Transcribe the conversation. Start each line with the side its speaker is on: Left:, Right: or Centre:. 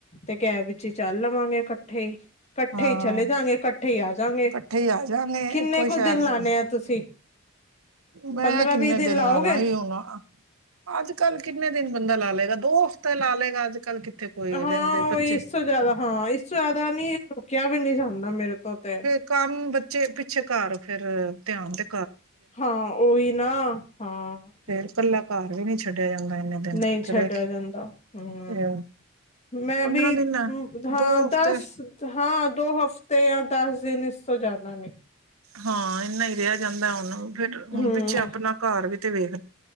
Left: ਤੇ ਕੈਬ ਵਿੱਚ ਹੀ ਚੱਲ ਲਵਾਂਗੇ ਇਕੱਠੇ ਹੀ ਇਕੱਠੇ
Right: ਹਾਂ
Left: ਹੀ ਚਲੇ ਜਾਗੇ ਇਕੱਠੇ ਹੀ ਆ ਜਾਗੇ
Right: ਕੱਠੇ ਈ ਆਜਾਂਗੇ
Left: ਕਿੰਨੇ
Right: ਇੱਕੋ
Left: ਕੁ
Right: ਸ਼ਹਿਰ
Left: ਦਿਨ ਲਾਣੇ
Right: ਚ,
Left: ਆ ਤੁਸੀਂ
Right: ਮੈਂ
Left: ਪੰਦਰਾਂ
Right: ਕਿੰਨੇ
Left: ਵੀਹ
Right: ਦਿਨ
Left: ਲਾਓਗੇ
Right: ਲਾ ਲਾਂਗੀ ਹੁਣ ਅੱਜ ਕੱਲ ਕਿੰਨੇ ਦਿਨ ਬੰਦਾ ਲਾ ਲਏਗਾ? ਦੋ ਹਫ਼ਤੇ ਲਾ ਲਏਗਾ ਕੱਲ ਕਿੱਥੇ ਕੋਈ
Left: ਹਾਂ
Right: ਰਹਿੰਦੇ
Left: ਉਹ
Right: ਬੱਚੇ
Left: ਇਸ ਤੋਂ ਜ਼ਿਆਦਾ ਹਾਂ ਇਸ ਤੋਂ ਜ਼ਿਆਦਾ ਨੀ ਰੁਕਿਆ ਵੀ ਨੀ ਜਾਂਦਾ ਮੇਰੇ ਤੋਂ ਤੇ
Right: ਫੇਰ ਕੰਮ ਬੱਚੇ ਪਿੱਛੇ ਘਰ ਫੇਰ ਧਿਆਨ ਦੇਣ
Left: ਹਾਂ ਉਹੀ ਨਾ ਹਾਂ
Right: ਫੇਰ ਕੱਲਾ ਘਰ ਵੀ ਨੀ ਛੱਡਿਆ ਜਾਂਦਾ ਇੰਨੇ ਦਿਨ
Left: ਨਹੀਂ ਛੱਡਿਆ
Right: ਤੇ ਰਹਿ ਕੇ
Left: ਜਾਂਦਾ ਹੂੰ
Right: ਤੇ
Left: ਮੈਂ
Right: ਪੰਦਰਾਂ
Left: ਵੀ
Right: ਦਿਨ ਹੈ
Left: ਹਾਂ
Right: ਦੋ
Left: ਦਸ
Right: ਹਫ਼ਤੇ
Left: ਹਾਂ ਦੋ ਹਫ਼ਤੇ ਦਸ ਦਿਨ ਇਸ ਤੋਂ ਜ਼ਿਆਦਾ ਨੀ
Right: ਹਾਂ ਇੰਨਾ ਹੀ ਰਿਹਾ ਜਾਂਦਾ ਹੁਣ ਫੇਰ ਹੁਣ
Left: ਹਮ
Right: ਪਿੱਛੇ ਆਪਣਾ ਘਰ ਵੀ ਤੇ ਵੇ <inaudible>